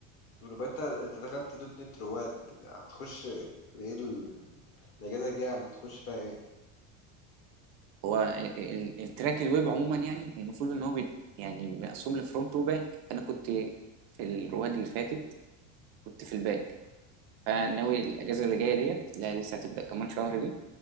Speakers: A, on the left; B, on the right.
A: طب يبقى انت انت دخلت دوت نت رواد هتخش ايه ال- الاجازه الجايه هتخش فيها ايه
B: هو ال- ال- التراك الويب عموما يعني المفروض ان هو بي يعني مقسوم لفرونت وباك انا كنت في الرواد اللي فاتت كنت في الباك فناوي الاجازه اللي جايه ديت لا لسه هتبدا كمان شهر دي